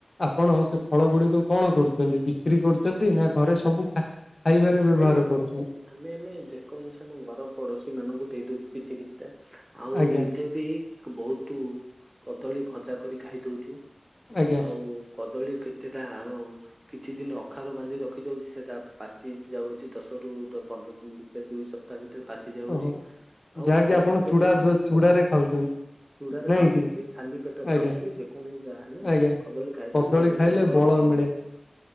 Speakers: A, on the left; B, on the right.
A: ଆପଣ ସେ ଫଳ ଗୁଡିକ କଣ କରୁଚନ୍ତି ବିକ୍ରି କରୁଚନ୍ତି ନା ଘରେ ସବୁ ଖା ଖାଇବା ବ୍ୟବହାର
B: ନାଇଁ ନାଇଁ
A: କରୁଚନ୍ତି।
B: ଆମେ ଆମେ ଯେକୌଣସି ଆମ ଘର ପଡୋଶୀ ମାନଙ୍କୁ ଦେଇ ଦଉଚୁ କିଛି କିଛିଟା ଆଉ
A: ଆଜ୍ଞା
B: ନିଜେ ବି ବହୁତୁ କଦଳୀ ଭଜା କରି ଖାଇଦଉଚୁ
A: ଆଜ୍ଞା
B: ଆଉ କଦଳୀ କେତେଟା ଆମ କିଛି ଦିନ ଅଖାରୁ ବାନ୍ଧି ରଖି ଦଉଚୁ ସେଟା ପାଚି ହଉଚି ଦଶରୁ ଦ ପନ୍ଦର୍ ଦିନ୍ ଭିତରେ ଦୁଇଶ ତା ଭିତରେ ପାଚି ଯାଉଚି
A: ଓହୋ
B: ଆଉ
A: ଯାହାକି
B: ବହୁତ୍
A: ଆପଣ
B: କେତେ
A: ଚୂଡା ଚୂଡାରେ ଖାଉଛନ୍ତି
B: ଚୁଡାରେ
A: ନାଇଁ
B: ଖାଉଚନ୍ତି
A: କି
B: ଖାଲି ପେଟରେ
A: ଆଜ୍ଞା
B: ଖାଉଚନ୍ତି ଯେକୌଣସି ଯାହା ହେଲେ
A: ଆଜ୍ଞା
B: କଦଳୀ ଖାଇଦେଲେ
A: କଦଳୀ
B: ଦେହଟା
A: ଖାଇଲେ
B: ସୁସ୍ଥ
A: ବଳ
B: ରହୁଚି।
A: ମିଳେ